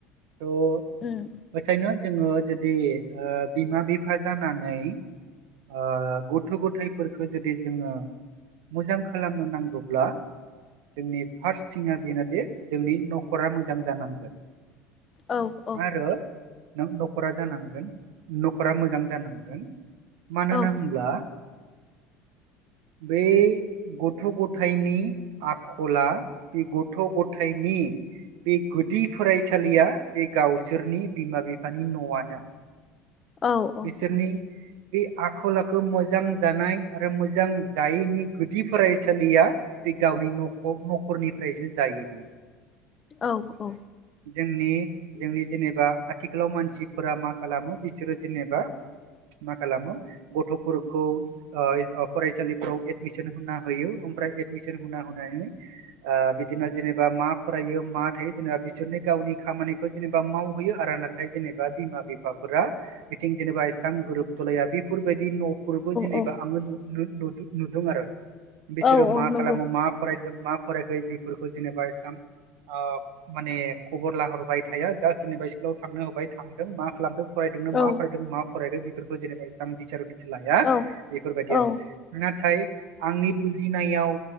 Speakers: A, on the right; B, on the left.
A: थ'
B: उम।
A: बेखायनो जोङो जुदि ओ बिमा बिफा जानानै ओ गथ' गथायाइफोरखौ जुदि जोङो मोजां खालामनो नांगौब्ला जोंनि फार्स्ट थिंआ बेनोदि जोंनि न'खरा मोजां जानांगोन।
B: औ औ।
A: आरो नों न'खरा जानांगोन न'खरा मोजां जानांगोन मानो होनना
B: औ
A: होनब्ला <inaudible> बै गथ' गथाइनि आखला बे गथ' गथायनि बे गुदि फरायसालिया बे गावसोरनि बिमा बिफानि न'आनो
B: औ औ औ।
A: बिसोरनि बे आखल आखु मोजां जानाय आरो मोजां जायैनि गुदि फरायसालिया बे गावनि नख न'खरनिफ्रायसो जायो बियो।
B: औ औ।
A: जोंनि जोंनि जेनेबा आथिखालाव मानसिफोरा मा खालामो बिसोरो जेनेबा मा खालामो गथ'फोरखौ ओ फरायसालिफोराव एदमिसन होना होयो ओमफ्राय एडमिसन हना होनानै ओ बिदिनो जेनेबा मा फरायो मा थायो जेनबा बिसोरनि गावनि खामानिखौ जेनेबा मावहैयो आरो नाथाय जेनेबा बिमा बिफाफोरा बिथिं जेनेबा एसां गोरोबथलाया बेफोरबायदि न'फोरबो जेनेबा
B: औ
A: आङो नु-नु-नुदों आरो बिसोरो
B: औ औ
A: मा
B: नंगौ
A: खालामो मा फरायो। जों मा फरायखो बेफोरखौ जेनबा एसां ओ माने खबर लाहरबाय थाया जास्ट जेनेबा स्कुलाव थांनो होबाय थांदों मा खालामदों फरायदोंनो
B: औ
A: मा फरायदों मा फरायखो बेफोरखौ जेनेबा एसेबां बिसार उदिस लाया
B: औ
A: बेफोरबायदि
B: औ
A: आरो नाथाय आंनि बुजिनायाव